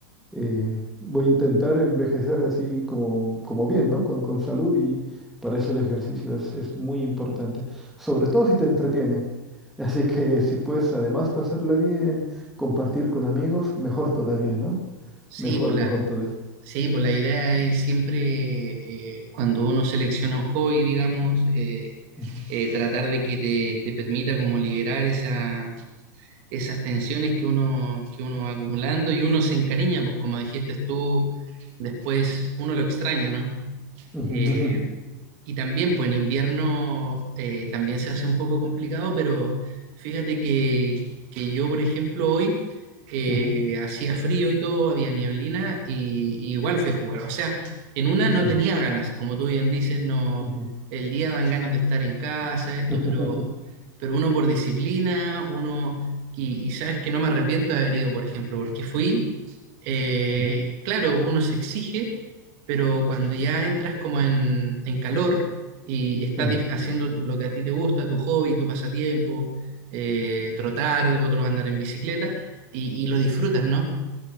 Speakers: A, in the centre; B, on the right (about 45°).
A: eh, voy a intentar envejecer así como, como bien, ¿no? Con, con salud y para eso el ejercicio es, es muy importante, sobre todo si te entretiene. <laughs> Así que si puedes además pasarla bien, compartir con amigos, mejor todavía, ¿no?
B: Sí,
A: Mejor,
B: pues la,
A: mejor todavía.
B: sí, pues la idea es siempre, eh, cuando uno selecciona un hobby, digamos, eh,
A: <laughs> Ujú,
B: eh, tratar de que te, te permita como liberar esa esas tensiones que uno, que uno va acumulando y uno se encariña, pues como dijiste tú, después uno lo extraña, ¿no?
A: ujú,
B: Eh, y también, pues en invierno eh, también se hace un poco complicado, pero fíjate que, que yo, por ejemplo, hoy eh,
A: ujú,
B: hacía frío y todo, había nieblina y, y igual fui a jugar. O sea, en una no
A: ujú,
B: tenía ganas, como tú bien dices, no,
A: ujú, ujú,
B: el día dan ganas de estar en casa, esto,
A: ujú,
B: pero, pero uno por disciplina, uno, y, y sabes que no me arrepiento de haber ido, por ejemplo, porque fui, eh,
A: ujú,
B: claro, uno se exige pero cuando ya entras como en, en calor y, estás
A: ujú,
B: dif- haciendo lo que a ti te gusta, tu hobby, tu pasatiempo, eh, trotar, otros andar en bicicleta, y, y lo disfrutas, ¿no?